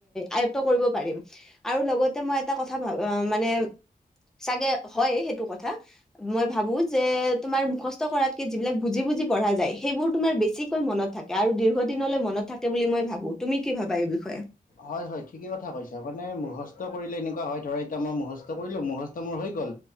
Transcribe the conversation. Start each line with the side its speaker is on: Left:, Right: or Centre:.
Centre: আয়ত্ত কৰিব পাৰিম আৰু লগতে মই এটা কথা ভা মানে চাগে হয় সেইটো কথা। মই ভাবো যে তোমাৰ মুখস্থ কৰাতকে যিবিলাক বুজি বুজি পঢ়া যায় সেইবোৰ তোমাৰ বেছিকৈ মনত থাকে আৰু দীৰ্ঘদিনলৈ মনত থাকে বুলি মই ভাবো। তুমি কি ভাবা এই বিষয়ে?
Left: হয় হয় ঠিকেই কথা কৈছ মানে মুখস্থ কৰিলে এনেকুৱা হয় ধৰা এতিয়া মই মুখস্থ কৰিলো মুখস্থ মোৰ হৈ গ'ল।